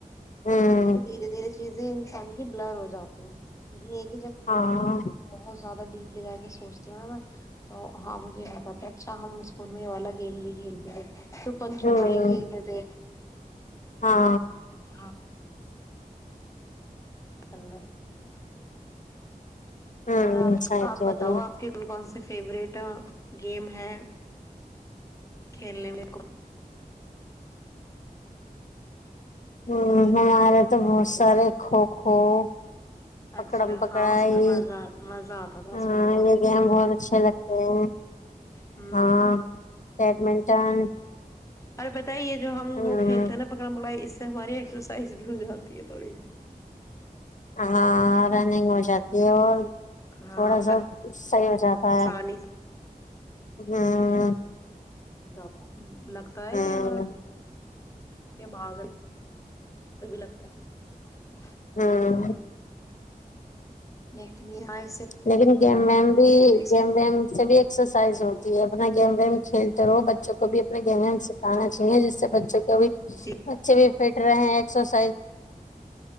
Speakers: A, on the left; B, on the left.
A: ہوں
B: کیونکہ دھیرے دھیرے <unintelligible> چیزیں انسان کی بلر ہو جاتی ہیں لیکن ایک <unintelligible> جب
A: ہاں
B: بہت <unintelligible> زیادہ ڈیپ ل جا کے سوچتے <unintelligible> تو ہاں مجھے یاد آتا ہے اچھا ہم اسکول میں والا گیم بھی کھیلتے تھے <unintelligible> چپن چھپائی
A: ہوں
B: گھیلتے تھے
A: ہاں
B: ہاں <unintelligible> ہاںنا <unintelligible>
A: ہوں
B: اور آپ
A: صحیح
B: آپ
A: کہہ
B: بتاؤ
A: رہی ہو
B: آپ کین کون سے <unintelligible> فیورٹ گیم ہے کھیلنے والے کو <unintelligible>
A: ہ ہمارے تو بہت سارے کھو کو <unintelligible> پکڑم
B: اچھا
A: پکڑائی
B: ہاں اس میں مزہ مزہ آتا تھا
A: ہاں
B: اس میں
A: یہ گیم بہت اچھے لگتے ہیں
B: ہوں
A: ہاں بیڈمنٹن
B: اور بتاو <unintelligible> تا یہ جو ہم
A: ہ
B: وہ کھیلتے نا پکڑا پکڑا اس <unintelligible> ہماری ایکسرسائز بھی ہو جاتی ہے تھوڑی سی <unintelligible>
A: ہاںاں <unintelligible> ٹینگ ہو جاتی ہے اور
B: ہاں
A: تھوڑا
B: اپنا
A: سا صحیح ہو جاتی ہے
B: آسانی
A: ہ <unintelligible>
B: جاباب <unintelligible> لگتا ہے
A: ہوں
B: کہ ہاں ٹھیک <unintelligible> یہ بھاگل بھی لگتا ہے <unintelligible>
A: ہاں <unintelligible>
B: لیکن یہاں <unintelligible>
A: لیکن گیم ویم بھی
B: اپنے
A: گیم ویم سے بھی ایکسرسائز ہوتی جی اپنا گیم گیم کیلتی <unintelligible> کرو بچوں کو بھی اپنے گہنے ان سے <unintelligible> سکھاناچاہیے جس سے بچوں کو <unintelligible> کبھی
B: جی
A: بچے بھی ف <unintelligible> رہے ہیں ایک سو <unintelligible>